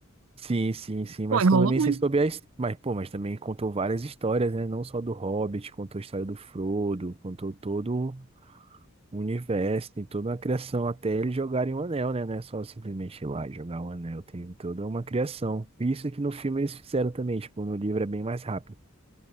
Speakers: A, on the right; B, on the right.
A: Sim, sim, sim,
B: Pô,
A: mas
B: enrolou
A: também
B: muito.
A: sei sobre as. Mas, pô, mas também contou várias histórias, né? Não só do Hobbit, contou a história do Frodo, contou todo o universo, tem toda uma criação, até eles jogarem o anel, né? Não é só simplesmente ir lá e jogar o anel, tem toda uma criação. Isso que no filme eles fizeram também, tipo, no livro é bem mais rápido.